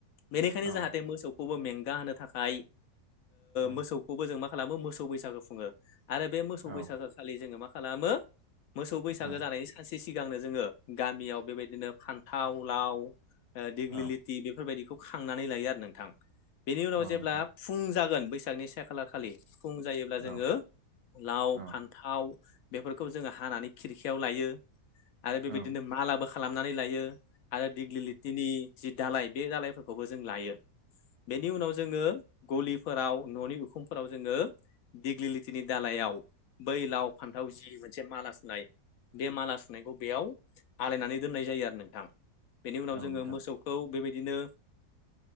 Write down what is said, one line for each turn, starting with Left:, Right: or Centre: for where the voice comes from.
Left: बेनिखायनो
Right: औ
Left: जाहाथे मोसौखौ में गाहोनो थाखाय
Right: औ
Left: मोसौखौबो जों मा खालामो मोसौ बैसागु खुङो आरो बे मोसौ
Right: औ
Left: बैसागो खालि जोङो मा खालामो मोसौ बैसागो
Right: औ
Left: जानायनि सानसे सिगांनो जोङो गामियाव बेबायदिनो फान्थाव लाव दिग्लिलिथि
Right: औ
Left: बेफोरबायदिखौ खांनानै लायो आरो नोंथां बेनि उनाव
Right: औ
Left: जेब्ला
Right: नोंथां
Left: फुं जागोन बैसागनि से खालारखालि फुं जायोब्ला
Right: औ
Left: जोङो लाव
Right: औ
Left: फान्थाव बेफोरखौ जोङो हानानै खिरखियाव लायो आरो बेबायदिनो
Right: औ
Left: मालाबो खालामनानै लायो आरो दिगलि लथिनि जि दालाय बे दालायफोरखौबो जों लायो बेनि उनाव जोङो गलिफोराव न'नि उखुमफोराव जोङो दिग्लिलिथिनि दालायाव बै लाव फान्थाव जि मोनसे माला सुनाय बे माला सुनायखौ बेयाव आलायनानै दोननाय जायो आरो नोंथां बेनि
Right: औ नोंथां
Left: उनाव
Right: औ
Left: जोङो
Right: नोंथां
Left: मोसौखौ बेबायदिनो